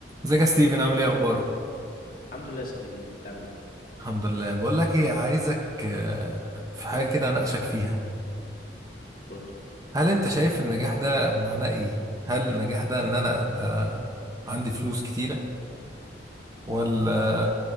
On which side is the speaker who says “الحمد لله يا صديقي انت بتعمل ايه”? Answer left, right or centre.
Left